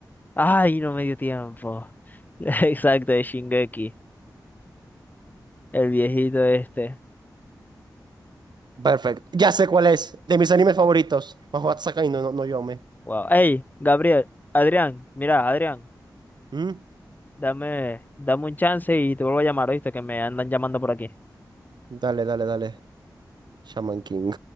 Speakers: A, on the left; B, on the right.
A: Ay, no me dio tiempo. <laughs> Exacto, de Shingeki, el viejito este.
B: Perfecto. Ya sé cuál es. De mis animes favoritos. Mahoutsukai no, no, no Yome.
A: Wow. Hey, Gabriel, Adrián, mira, Adrián,
B: ¿Mm?
A: dame, dame un chance y te vuelvo a llamar, ¿oíste? Que me andan llamando por aquí.
B: Dale, dale, dale. Shaman King.